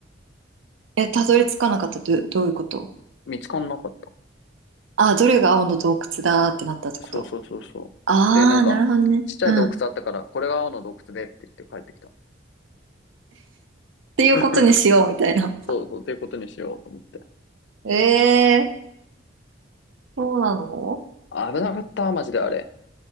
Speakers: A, on the right; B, on the left.
A: え、たどり着かなかったど、どういうこと
B: 見つかんなかった。
A: あ、どれが青の洞窟だーってなったってこと
B: そうそうそうそう。
A: ああー、
B: で、なんか、
A: なるほどね。
B: ちっちゃい洞窟あったから、
A: うん。っ
B: これが青の洞窟でって言って帰ってきた。
A: ていうことにしようみたいな。
B: <laughs> そうそう、ということにしようと思って。
A: <laughs> ええー、そうなの
B: 危なかった、マジであれ。